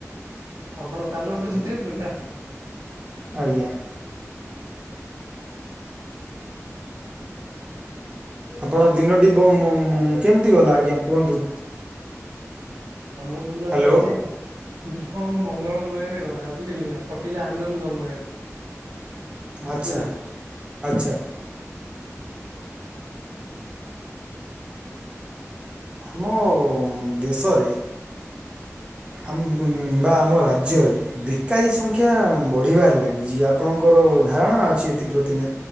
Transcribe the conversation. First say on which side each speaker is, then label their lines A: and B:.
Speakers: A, on the right; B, on the right.
A: ଆପଣ କାନ ବୁଝି ଦିଅନ୍ତୁ ନା।
B: ଆଜ୍ଞା ଆପଣ ଦିନଟି ବମ୍ ମଁ କେମିତି ଗଲା ଆଜ୍ଞା କୁହନ୍ତୁ।
A: ଆମ ଦିନ
B: ହ୍ୟାଲୋ
A: ଟା ଆଜି ହଉ ମଙ୍ଗଳମୟରେ ଗଲା ବୁଝିଲ ନା ଫଟିଲା ଆନନ୍ଦମୟରେ।
B: ଆଚ୍ଛା।
A: ବୁଝିଲେ
B: ଆଚ୍ଛା। ଆମ ଦେଶରେ ଆମ୍ ବ ବା ଆମ ରାଜ୍ୟରେ ବେକାରୀ ସଂଖ୍ୟା ବଢିବାରେ ଲାଗିଛି। ଆପଣଙ୍କର ଧାରଣା ଅଛି ଏଥିପ୍ରତି, ନା